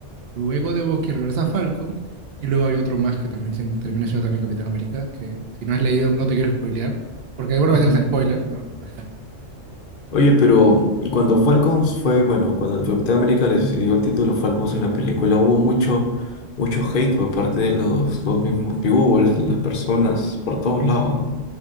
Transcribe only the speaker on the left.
Ujú.
Oye, pero cuando Falcons fue, bueno, cuando el Capitán América les dio el título Falcons en la película, hubo mucho, mucho hate por parte de los, los mismos viewers, de las personas, por todos lados, ¿no?